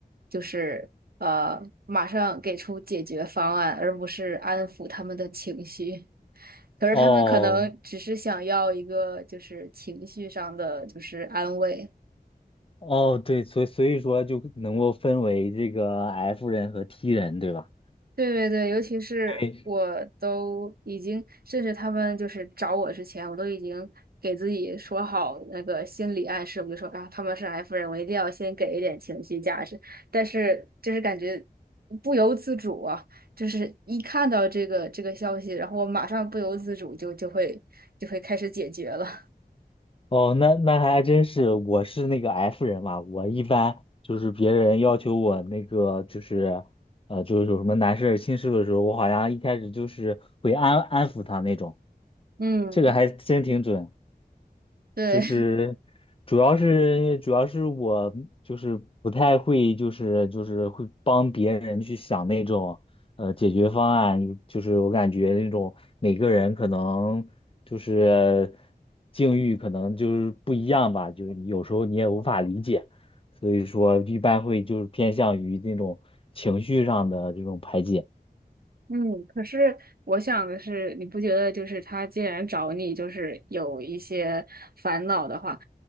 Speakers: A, on the right; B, on the left.
A: 就是呃马上给出解决方案，而不是安抚他们的情绪。可是他们可能只是想要一个就是情绪上的就是安慰。
B: 哦，哦，对，所以所以说就能够分为这个 F 人和 T 人，对吧？
A: 对对对，尤其是我都已经，
B: 对，
A: 甚至他们就是找我之前，我都已经给自己说好那个心理暗示，我就说啊，他们是 F 人，我一定要先给一点情绪价值。但是就是感觉不由自主啊，就是一看到这个这个消息，然后我马上不由自主就就会就会开始解决了。
B: 哦，那那还真是，我是那个 F 人嘛，我一般就是别人要求我那个就是，呃，就是有什么难事儿心事的时候，我好像一开始就是会安安抚他那种，
A: <laughs> 嗯。
B: 这个还真挺准。
A: 对。
B: 就是主要是主要是我就是不太会，就是就是会帮别人去想那种呃解决方案，就是我感觉那种每个人可能就是境遇可能就是不一样吧，就是有时候你也无法理解，所以说一般会就是偏向于那种情绪上的这种排解。
A: 嗯，可是我想的是，你不觉得就是他既然找你，就是有一些烦恼的话，